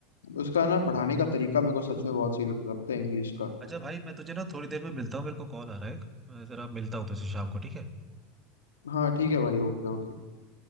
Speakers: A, on the left; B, on the right.
A: उसका ना पढ़ाने का तरीका मेरे को सच में बहुत सही लगता था पता है इंग्लिश का
B: अच्छा भाई मैं तुझे ना थोड़ी देर में मिलता हूँ मेरे को कॉल आ रहा है एक मैं जरा मिलता हूँ तुझसे शाम को ठीक है
A: हाँ ठीक है भाई ओके
B: ओके
A: ओके